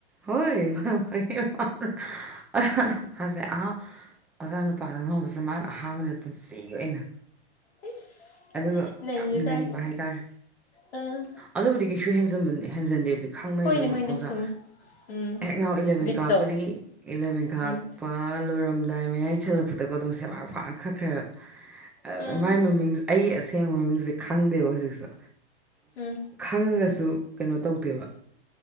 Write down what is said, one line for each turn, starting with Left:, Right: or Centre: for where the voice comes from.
Centre: ꯍꯣꯏ ꯐ ꯐꯩ ꯍꯥ ꯍꯥ ꯍꯥ ꯑꯣꯖꯥ ꯅꯨꯄꯥꯁꯦ ꯑꯥ ꯑꯣꯖꯥ ꯅꯨꯄꯥꯗ ꯉꯥꯎꯕꯁꯦ ꯃꯅꯥ ꯑꯍꯥꯟꯕꯗ ꯄꯨꯟꯁꯤꯒꯤ ꯑꯣꯏꯅ
Left: ꯑꯁ
Centre: ꯑꯗꯨꯒ
Left: ꯅꯩꯔꯖꯥꯠꯅꯤ
Centre: ꯌꯥꯝ ꯅꯩꯕ ꯍꯥꯏꯇꯥꯥꯔꯦ
Left: ꯎꯝ
Centre: ꯑꯗꯨꯕꯨꯗꯤ ꯀꯩꯁꯨ ꯍꯦꯟꯖꯟꯕꯅꯦ ꯍꯦꯟꯖꯟꯗꯦꯕꯨꯗꯤ ꯈꯪꯕꯅꯤ
Left: ꯍꯣꯏꯅꯦ
Centre: ꯑꯗꯨꯝ
Left: ꯍꯣꯏꯅꯦ
Centre: ꯑꯣꯖꯥ
Left: ꯁꯨꯝ ꯎꯝ
Centre: ꯍꯦꯛ ꯉꯥꯎ ꯏꯂꯚꯦꯟ
Left: ꯕꯤꯠꯇꯣ
Centre: ꯀꯥꯛꯄꯗꯒꯤ ꯏꯂꯚꯦꯟ ꯀꯥꯛꯄ
Left: ꯎꯝ
Centre: ꯂꯣꯏꯔꯝꯗꯥꯏ ꯃꯌꯥꯏ ꯆꯜꯂꯛꯄꯗꯀꯣ ꯑꯗꯨꯝ ꯁꯦꯕꯥꯛ ꯐꯥꯛꯑ ꯈꯛꯈ꯭ꯔꯦꯕ ꯑꯥ
Left: ꯎꯝ
Centre: ꯃꯥꯏ ꯃꯃꯤꯡꯁꯦ ꯑꯩꯒꯤ ꯑꯁꯦꯡꯕ ꯃꯃꯤꯡꯁꯦ ꯈꯪꯗꯦꯕ ꯍꯧꯖꯤꯛꯁꯨ
Left: ꯎꯝ
Centre: ꯈꯪꯉꯒꯁꯨ ꯀꯩꯅꯣ ꯇꯧꯗꯦꯕ